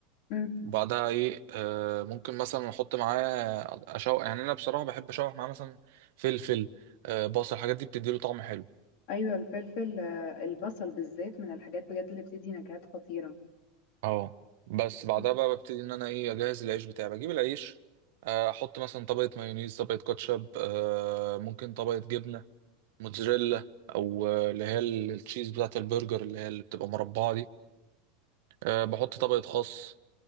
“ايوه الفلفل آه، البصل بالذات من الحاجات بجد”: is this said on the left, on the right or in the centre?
Left